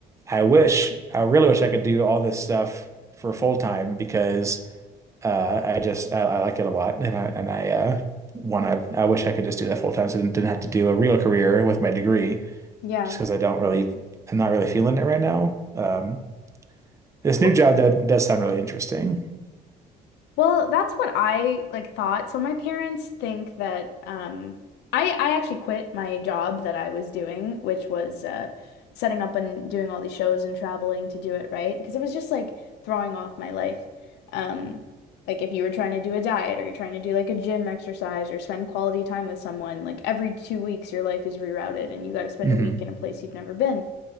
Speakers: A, on the right; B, on the left.
A: I
B: Yeah.
A: wish, I really wish I could do all this stuff for full time because. Uh, I just I, I like it a lot, and I and I uh, want to. I wish I could just do that full time, so I didn't, didn't have to do a real career with my degree,
B: Yeah.
A: just because I don't really I'm not really feeling it right now. Um, this new
B: Well,
A: job that does sound really interesting.
B: Well, that's what I like thought. So my parents think that um I I actually quit my job that I was doing, which was uh setting up and doing all these shows and traveling to do it, right? Because it was just like throwing off my life. Um like if you were trying to do a diet or you're trying to do like a gym exercise or spend quality time with someone, like every two weeks your life is rerouted and you got to spend
A: Mhm.
B: a week in a place you've never been.